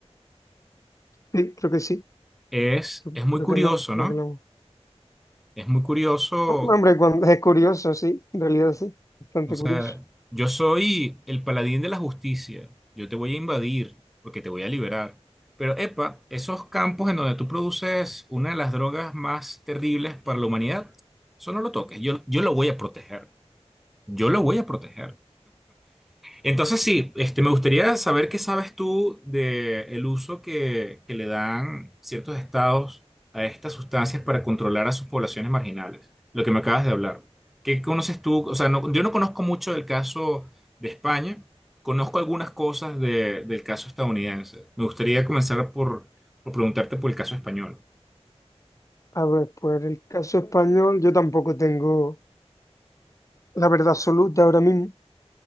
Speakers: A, on the left; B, in the centre.
A: Sí, creo que sí.
B: Es,
A: Creo
B: es muy
A: creo
B: curioso,
A: que la, creo
B: ¿no?
A: que la-
B: Es muy curioso
A: Hombre, cuando es curioso, sí, en realidad sí, bastante
B: O sea,
A: curioso.
B: yo soy el paladín de la justicia. Yo te voy a invadir porque te voy a liberar. Pero, epa, esos campos en donde tú produces una de las drogas más terribles para la humanidad, eso no lo toques. Yo, yo lo voy a proteger. Yo lo voy a proteger. Entonces sí, este, me gustaría saber qué sabes tú del uso que, que le dan ciertos estados a estas sustancias para controlar a sus poblaciones marginales, lo que me acabas de hablar. ¿Qué conoces tú? O sea, no- yo no conozco mucho del caso de España, conozco algunas cosas de- del caso estadounidense. Me gustaría comenzar por, por preguntarte por el caso español.
A: A ver, pues el caso español, yo tampoco tengo la verdad absoluta ahora mismo.